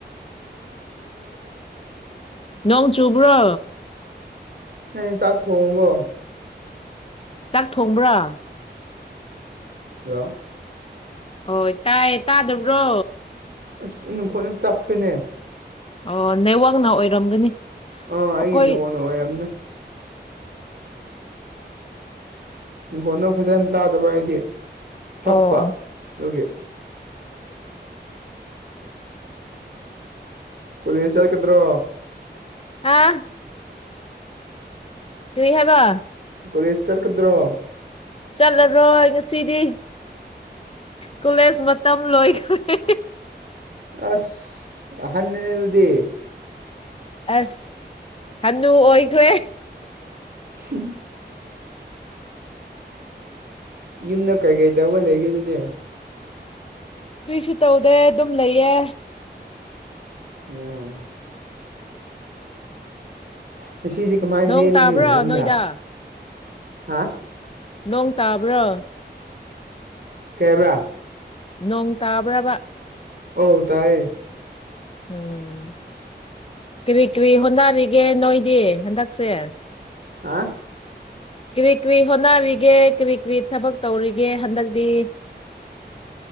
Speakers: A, on the right; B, on the left.
A: <inaudible>
B: ꯅꯣꯡ ꯆꯨꯕ꯭ꯔꯣ
A: ꯅꯣꯢ ꯆꯥꯛ ꯊꯣꯡꯉꯕꯣ
B: ꯆꯥꯛ ꯊꯣꯡꯕ꯭ꯔꯥ
A: ꯍꯜꯂꯣ
B: ꯍꯣꯏ ꯇꯥꯏꯌꯦ ꯇꯥꯗꯕ꯭ꯔꯣ
A: ꯑꯁ ꯅꯨꯡꯈꯣꯠꯅ ꯆꯞꯄꯦꯅꯦ
B: ꯑꯣ ꯅꯦꯠꯋꯥꯛꯅ ꯑꯣꯏꯔꯝꯒꯅꯤ
A: ꯑꯥ ꯑꯩꯒꯤ
B: ꯑꯩꯈꯣꯏ
A: ꯅꯦꯠꯋꯥꯛꯅ ꯑꯣꯏꯔꯝꯅꯤ ꯅꯈꯣꯜꯗꯣ ꯐꯖꯅ ꯇꯥꯗꯕ ꯍꯥꯏꯗꯤ ꯆꯞꯄ
B: ꯑꯣ ꯑꯣ
A: ꯑꯗꯨꯒꯤ ꯀꯣꯂꯦꯖ ꯆꯠꯀꯗ꯭ꯔꯣ
B: ꯑꯥ ꯀꯔꯤ ꯍꯥꯢꯕ
A: ꯀꯣꯂꯦꯖ ꯆꯠꯀꯗ꯭ꯔꯣ
B: ꯆꯠꯂꯔꯣꯏ ꯉꯁꯤꯗꯤ ꯀꯣꯂꯦꯖ ꯃꯇꯝ ꯂꯣꯏꯈ꯭ꯔꯦ
A: ꯑꯁ ꯑꯍꯟꯅꯤꯅꯦ ꯑꯗꯨꯗꯤ
B: ꯑꯁ ꯍꯅꯨ ꯑꯣꯏꯈ꯭ꯔꯦ
A: <unintelligible> ꯌꯨꯝꯗ ꯀꯩꯀꯩ ꯇꯧꯒ ꯂꯩꯒꯦ ꯑꯗꯨꯗꯤ
B: ꯀꯔꯤꯁꯨ ꯇꯧꯗꯦ ꯑꯗꯨꯝ ꯂꯩꯌꯦ
A: ꯑꯣ ꯉꯁꯤꯗꯤ ꯀꯃꯥꯏꯅ
B: ꯅꯣꯡ
A: ꯂꯦꯜꯂꯅꯤ
B: ꯇꯥꯕ꯭ꯔꯣ
A: ꯌꯨꯝꯗ
B: ꯅꯣꯏꯗ
A: ꯍꯥ
B: ꯅꯣꯡ ꯇꯥꯕ꯭ꯔꯥ
A: ꯀꯩ ꯍꯥꯏꯕ꯭ꯔ
B: ꯅꯣꯡ ꯇꯥꯕ꯭ꯔꯕ
A: ꯑꯣ ꯇꯥꯢꯌꯦ
B: ꯎꯝ ꯀ꯭ꯔꯤ ꯀ꯭ꯔꯤ ꯍꯣꯠꯅꯔꯤꯒꯦ ꯅꯣꯏꯗꯤ ꯍꯟꯗꯛꯁꯦ
A: ꯍꯥ
B: ꯀ꯭ꯔꯤ ꯀ꯭ꯔꯤ ꯍꯣꯠꯅꯔꯤꯒꯦ ꯀ꯭ꯔꯤ ꯀ꯭ꯔꯤ ꯊꯕꯛ ꯇꯧꯔꯤꯒꯦ ꯍꯟꯗꯛꯗꯤ